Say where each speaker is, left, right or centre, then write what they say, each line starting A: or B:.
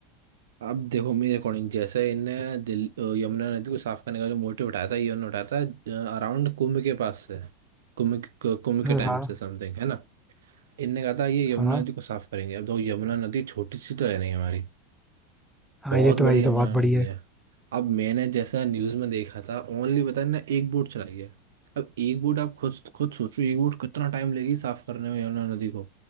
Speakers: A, on the right; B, in the centre.
A: अब देखो मेरे अकॉर्डिंग जैसे इनने दिल अ, यमुना नदी को साफ करने का जो मोटिव उठाया था ये उन्होंने उठाया था अराउंड कुंभ के पास से कुंभ के- कुंभ के
B: हाँ
A: टाइम
B: हाँ
A: से समथिंग है ना इनने कहा था ये यमुना
B: हाँ
A: नदी को साफ करेंगे अब देखो यमुना नदी छोटी सी तो है नहीं हमारी
B: हाँ
A: बहुत
B: ये
A: बड़ी
B: तो है ये तो
A: अमराना
B: बहुत बड़ी
A: नदी
B: है
A: है अब मैंने जैसा न्यूज में देखा था ओनली पता है ना एक बोट चलाई है अब एक बोट आप खुद खुद सोचो एक बोट कितना टाइम लगेगी साफ करने में यमुना नदी को